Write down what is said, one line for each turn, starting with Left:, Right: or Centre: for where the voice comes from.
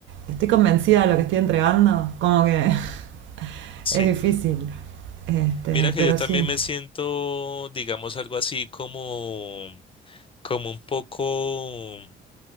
Right: estoy convencida de lo que estoy entregando, como que <laughs>
Left: Sí.
Right: es difícil, este,
Left: Mira que
Right: pero
Left: yo también
Right: sí,
Left: me siento, digamos, algo así como, como un poco